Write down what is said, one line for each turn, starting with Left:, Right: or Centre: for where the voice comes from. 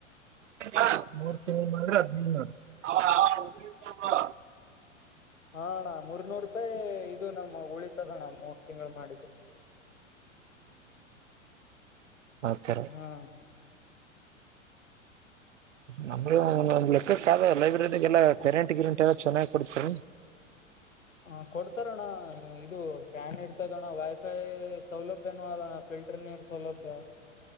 Right: ಎ ಮೂರ್ ತಿಂ ಅದ್ನ್ ಮಾಡ
Left: ಹಾಣ್ಣ ಮೂರ್ನೂರು ರೂಪಾಯಿ ಇದು ನಮ್ ಉಳಿತದಣ್ಣ ಮೂರು ತಿಂಗಳು ಮಾಡಿದ್ದು
Right: ಕೆ ರ
Left: ಹಾ
Right: ಹ ನಮ್ ಲೆಕ್ಕಕ್ಕಾದ ಲೈಬ್ರರಿದಾಗ ಎಲ್ಲ ಪೆರೆಂಟ್ ಗಿರೆಂಟ್ ಎಲ್ಲ ಚೆನ್ನಾಗ್ ಕೊಡ್ತೇ
Left: ಹ ಕೊಡ್ತಾರೋಣ ಇದು ಪ್ಯಾನ್ ಇರ್ತದೋಣ್ಣ ವೈಫೈ ಸೌಲಭ್ಯ ನುಣ ಫಿಲ್ಟರ್ ನೀರ್ ಸೌಲಭ್ಯ